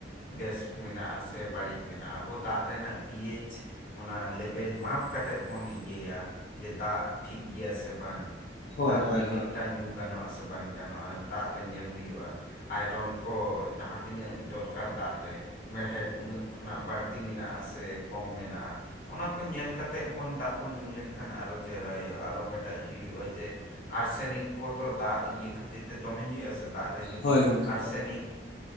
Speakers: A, on the left (about 45°); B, on the left (about 70°).
A: ᱵᱮᱥ ᱢᱮᱱᱟᱜ-ᱟ ᱥᱮ, ᱵᱟᱹᱲᱤᱡ ᱢᱮᱱᱟᱜ-ᱟ᱾ ᱟᱵᱚ ᱫᱟᱜ ᱨᱮᱱᱟᱜ ᱯᱤᱭᱮᱡᱽ ᱚᱱᱟ ᱞᱮᱵᱮᱞ ᱢᱟᱯ ᱠᱟᱛᱮᱜ ᱵᱚᱱ ᱤᱭᱟᱹᱭᱟ, ᱡᱮ ᱫᱟᱜ ᱴᱷᱤᱠ ᱜᱮᱭᱟ ᱥᱮ ᱵᱟᱝ?
B: ᱦᱳᱭ
A: ᱫᱟᱜ
B: ᱦᱳᱭ
A: ᱛᱤᱱᱟᱹᱜ
B: ᱦᱳᱭ
A: ᱴᱟ ᱧᱩ ᱜᱟᱱᱚᱜ ᱟᱥᱮ, ᱵᱟᱝ ᱜᱟᱱᱚᱜᱼᱟ ᱫᱟᱜ ᱨᱮ ᱧᱮᱞ ᱦᱩᱭᱩᱜᱼᱟ? ᱟᱭᱨᱚᱱ ᱠᱚ ᱡᱟᱦᱟᱸ ᱛᱤᱱᱟᱹᱜ ᱫᱚᱨᱠᱟᱨ ᱫᱟᱜ ᱨᱮ᱾ ᱢᱮᱲᱦᱮᱫ ᱩᱱᱟᱹᱜ ᱠᱷᱚᱱᱟᱜ ᱵᱟᱹᱲᱛᱤ ᱢᱮᱱᱟᱜ ᱟᱥᱮ ᱠᱚᱢ ᱢᱮᱱᱟᱜᱼᱟ ᱾ ᱚᱱᱟ ᱠᱚ ᱧᱮᱞ ᱠᱟᱛᱮᱜ ᱵᱚᱱ ᱫᱟᱜ ᱵᱚᱱ ᱧᱩ ᱞᱮᱱᱠᱷᱟᱱ ᱟᱨᱚ ᱪᱮᱦᱨᱟ ᱦᱩᱭᱩᱜᱼᱟ᱾ ᱟᱨᱚ ᱢᱤᱫᱴᱟᱜ ᱦᱩᱭᱩᱜᱼᱟ ᱡᱮ ᱟᱨᱥᱮᱱᱤᱠ ᱠᱚ ᱛᱚ ᱫᱟᱜ ᱤᱭᱼᱼ ᱤᱭᱟᱹ ᱠᱷᱟᱹᱛᱤᱨ ᱛᱮ ᱫᱚᱢᱮ ᱦᱩᱭᱩᱜᱼᱟ ᱥᱮ ᱫᱟᱜ ᱨᱮ ᱡᱩᱫᱤ
B: ᱦᱳᱭ ᱜᱚᱢᱠᱮ
A: ᱟᱨᱥᱮᱱᱤᱠ,
B: ᱦᱳᱭ